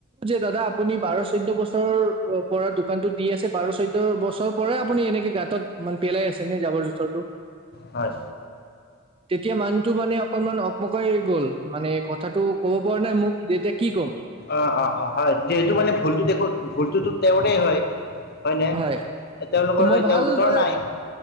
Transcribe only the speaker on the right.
যে দাদা আপুনি বাৰ চৈধ্য বছৰৰ পৰা দোকানতো দি আছে বাৰ চৈধ্য বছৰ পৰাই আপুনি এনেকে গাঁতত মানে পেলাই আছে নে জাবৰ জোথৰটো।
<inaudible> তেতিয়া মানুহটো মানে অকনমান অকমকাই গ'ল মানে কথাটো ক'ব পৰা নাই মোক যে এতিয়া কি ক'ম।
হয়
ত মই
ভালদৰে